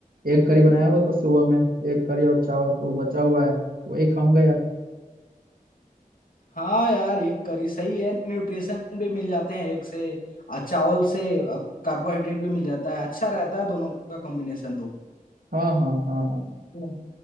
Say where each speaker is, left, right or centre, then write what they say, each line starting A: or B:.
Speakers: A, on the right; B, on the left.
A: एग करी बनाया हुआ था सुबह में एग करी और चावल तो बचा हुआ है वही खाऊंगा यार
B: हाँ यार एक करी सही है न्यूट्रिशन भी मिल जाते हैं एक से और चावल से कार्बोहाइड्रेट भी मिल जाता है अच्छा रहता है दोनों का कॉम्बिनेशन तो
A: हाँ हाँ हाँ हाँ
B: हम्म।